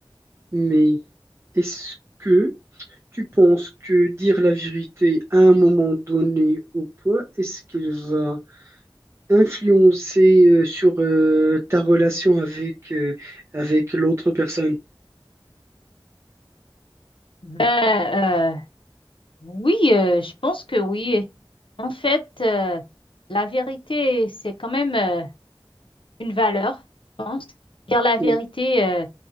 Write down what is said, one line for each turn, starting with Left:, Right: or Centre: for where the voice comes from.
Right: Mais est-ce que Tu penses que dire la vérité à un moment donné au poids, est-ce qu'il va influencer euh, sur euh, ta relation avec, euh, avec l'autre personne?
Left: Ben, euh, Oui, euh, je pense que oui. En fait, euh, la vérité, c'est quand même euh, une valeur, je pense. Dire la vérité,
Right: Ou-
Left: euh,